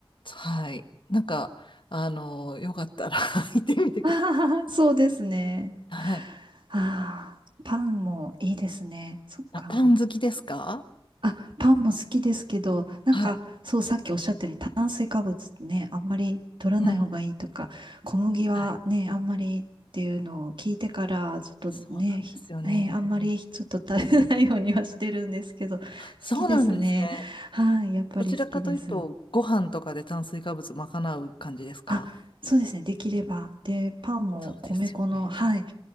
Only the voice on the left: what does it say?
はい、なんか、あの、よかったら <laughs> 行ってみてください。
はい。
あ、パン好きですか
はい。
うん。
はい。
そうなんですよね。
そうなんですね。
どちらかというと、ご飯とかで炭水化物賄う感じですか
そうですよね。